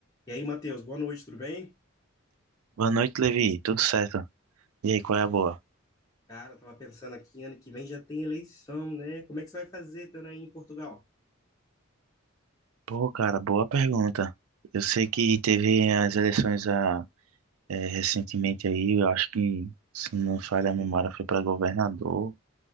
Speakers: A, on the left (about 15°); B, on the right (about 80°).
A: E aí, Matheus, boa noite, tudo bem?
B: Boa noite, Levi. Tudo certo? E aí, qual é a boa?
A: Cara, eu tava pensando aqui, ano que vem já tem eleição, né? Como é que você vai fazer, estando aí em Portugal?
B: Pô, cara, boa pergunta. Eu sei que teve as eleições a, eh, recentemente aí, eu acho que, se não falha a memória, foi para governador,